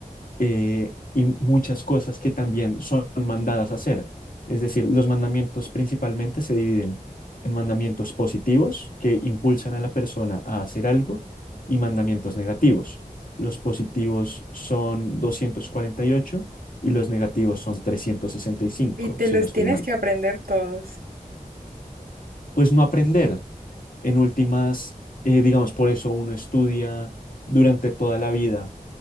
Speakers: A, on the left; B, on the right.
A: eh, y muchas cosas que también son mandadas a hacer. Es decir, los mandamientos principalmente se dividen en mandamientos positivos que impulsan a la persona a hacer algo y mandamientos negativos. Los positivos son doscientos cuarenta y ocho y los negativos son trescientos sesenta y cinco
B: Y te
A: si
B: los
A: no estoy
B: tienes
A: mal.
B: que aprender todos.
A: Pues no aprender. En últimas, eh, digamos, por eso uno estudia durante toda la vida